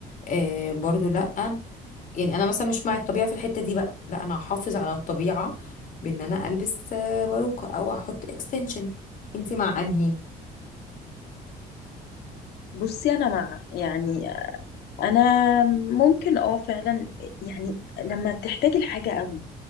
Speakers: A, on the left; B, on the left.
A: آه برضه لا يعني انا مثلا مش مع الطبيعه في الحته دي بقى لا انا هحافظ على الطبيعه بان انا البس آه، باروكه او احط اكستنشن انت مع انهي
B: بصي انا مع يعني انا ممكن اه فعلا يعني لما تحتاجي الحاجه قوي